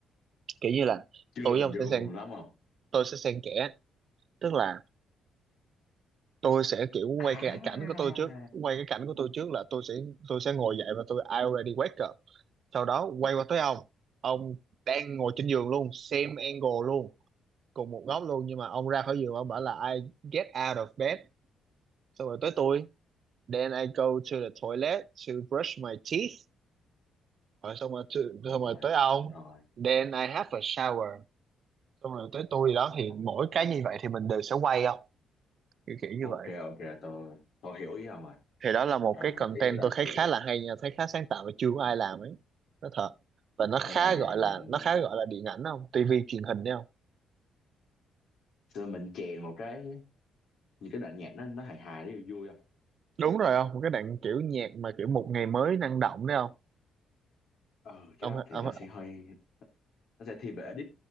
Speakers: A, on the right (about 55°); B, on the left (about 70°).
A: Kiểu như là
B: chưa
A: tôi với
B: hình
A: ông
B: dung
A: sẽ xen,
B: lắm không
A: tôi sẽ xen kẽ, tức là tôi sẽ kiểu
B: à
A: quay cái cảnh của tôi trước quay cái cảnh của tôi trước là tôi sẽ tôi sẽ ngồi dậy và tôi I already wake up sau đó quay qua tới ông ông đang ngồi trên giường luôn same angle luôn cùng một góc luôn nhưng mà ông ra khỏi giường ông bảo là I get out of bed xong rồi tới tôi then I go to the toilet to brush my teeth rồi xong rồi to,
B: rồi
A: xong rồi tới ông
B: rồi
A: then I have a shower xong rồi tới tôi đó
B: à,
A: thì mỗi cái như vậy thì mình đều sẽ quay không kiểu kiểu như
B: ok
A: vậy
B: ok tôi tôi hiểu ý ông rồi
A: thì đó là một
B: rồi
A: cái content
B: ý là
A: tôi thấy
B: kiểu
A: khá là hay nha thấy khá sáng tạo và chưa có ai làm ấy nó thật và nó khá
B: xong rồi
A: gọi là
B: mình
A: nó khá gọi là điện ảnh không tivi truyền hình đấy không
B: xong rồi mình chèn một cái như cái đoạn nhạc nó nó hài hài nó vui vui không
A: đúng rồi không một cái đoạn kiểu nhạc mà kiểu một ngày mới năng động đấy không
B: ờ cái
A: ông,
B: đó thì
A: ông
B: nó sẽ hơi nó sẽ thiên về edit